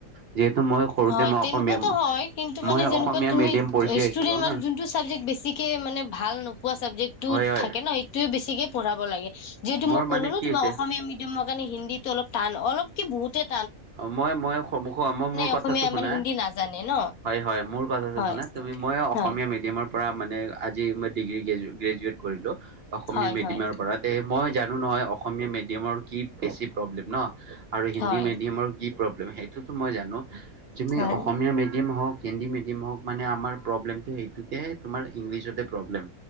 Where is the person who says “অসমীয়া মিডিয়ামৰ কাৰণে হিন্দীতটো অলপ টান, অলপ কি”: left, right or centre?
Left